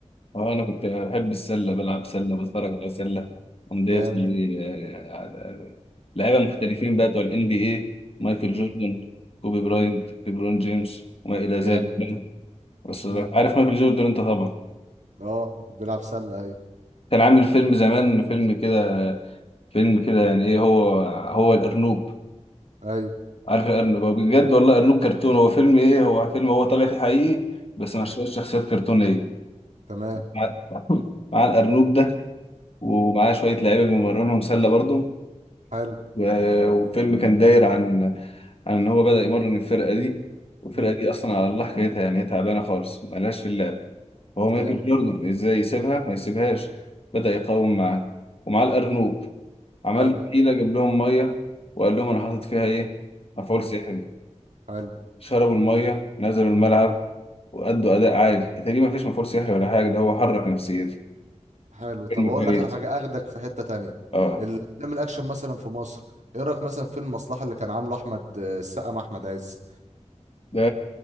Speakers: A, on the left (about 55°); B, on the right (about 75°).
A: اه انا كنت بحب السله بلعب سله بتفرج على سله عندي
B: جامد
A: زي- آه، لعيبه محترفين بقى بتوع الان بي اي مايكل
B: مم.
A: جوردن كوبي براينت
B: مم.
A: ليبرون جيمس وما الى
B: جامد
A: ذلك بقى. بس
B: مم.
A: عارف مايكل جوردن انت طبعا
B: اه بيلعب سله ايوه
A: كان عامل فيلم زمان فيلم كده فيلم كده يعني ايه هو هو الارنوب
B: ايوه
A: عارف الارنوب هو بجد والله ارنوب كرتون هو فيلم ايه هو فيلم هو طالع فيه حقيقي بس مع
B: مم.
A: شويه شخصيات كرتونيه
B: تمام
A: مع <laughs> مع الارنوب ده ومعاه
B: مم.
A: شويه لعيبه بيمرنهم سله برضه
B: حلو
A: و- وفيلم كان داير عن عن ان هو بدأ يمرن الفرقه دي والفرقه
B: مم.
A: دي اصلا على الله حكايتها يعني هي تعبانه خالص ملهاش في اللعب هو مايكل
B: جامد
A: جوردن ازاي يسيبها ما يسيبهاش بدأ يقاوم معاه ومعاه الارنوب عمل
B: حلو
A: حيله جاب لهم ميه وقال لهم انا حاطط فيها ايه مفعول
B: مم.
A: سحري
B: حلو
A: شربوا الميه نزلوا الملعب وأدوا أداء عالي أتاري ما فيش مفعول سحري ولا حاجة ده هو حرك نفسيته
B: حلو طب
A: فيلم
B: اقول
A: كويس
B: لك على حاجه اخدك في حته تانية
A: اه
B: الافلام الاكشن مثلا في مصر ايه رايك مثلا في فيلم المصلحه اللي كان عامله احمد آه، السقا مع احمد عز
A: ده